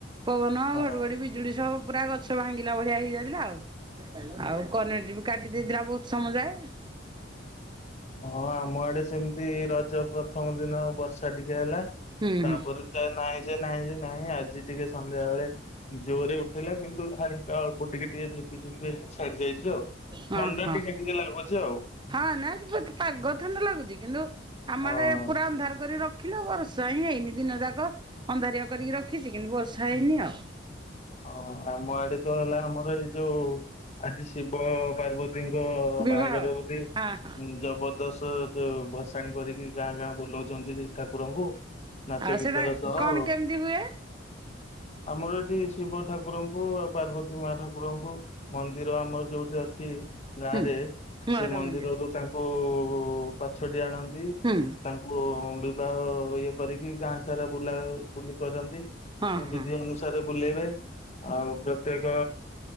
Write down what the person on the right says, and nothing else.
ପବନ
ଘଡ଼ଘଡ଼ି ବିଜୁଳି ସବୁ ପୁରା ଗଛ ଭାଙ୍ଗିଲା ବଳିିଆ ହେଇଯାଇଥିଲା ଆଉ- କନେଟ ବି କାଟି ଦେଇଥିଲା ବହୁତ ସମୟ ଯାଏ
ହୁଁ
ହୁଁ
ହଁ
ହଁ।
ହଁ ନା ପାଗ ଥଣ୍ଡା ଲାଗୁଛି କିନ୍ତୁ ଆମଡେ
ପୁରା ଅନ୍ଧାର କରିଖ ରୋଖିଛି। ରଖିଲ ବର୍ଷା ହିଁ ହେଇନି ଦିନ ଯାକ ଅନ୍ଧାରିଆ କରିକି ରଖିଛି କିନ୍ତୁ ବର୍ଷା ହେଇନି ଆଉ
ବିବାହ
ହଁ ହଁ।
ଆଉ
ସେଟା
କଣ
କେମିତି ହୁଏ
ହୁଁ ମହାଦେବ
ମନ୍ଦିର
ହୁଁ।
ହଁ ହଁ